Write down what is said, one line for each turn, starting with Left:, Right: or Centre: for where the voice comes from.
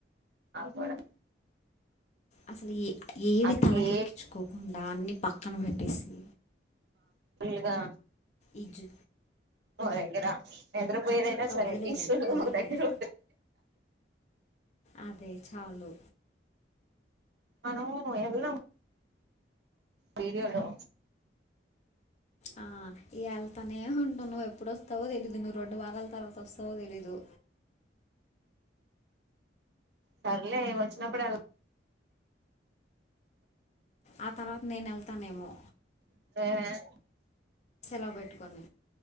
Right: కూడా
Left: అసలు ఏ ఏవి
Right: అట్లే
Left: తలకెక్కించుకోకుండా అన్నీ పక్కన పెట్టేసి
Right: ఇగా
Left: ఈజు
Right: దగ్రా ఎంద్ర పోయదైనా సరే
Left: వదిలేయాలి
Right: ఇలు
Left: వదిలేయాలి
Right: దర
Left: అదే చాలు
Right: అన ఎలా వీడిలో
Left: ఆ ఈ వెళ్తనే ఉంటావు నువ్వు ఎప్పుడుస్తావో తెలీదు నువ్వు రెండు వారాలు తర్వాత వస్తు తెలీదు
Right: సర్లే వచ్చినప్పుడు ఎలా
Left: ఆ తర్వాత నేను వెళ్తానేమో
Right: వెళ్దాం
Left: లో పెట్టుకని